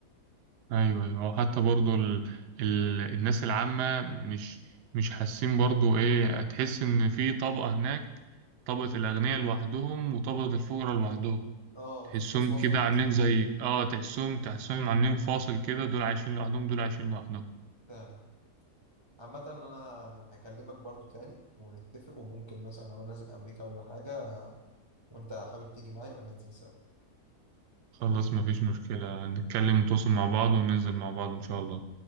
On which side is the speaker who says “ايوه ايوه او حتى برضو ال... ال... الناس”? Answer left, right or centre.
Right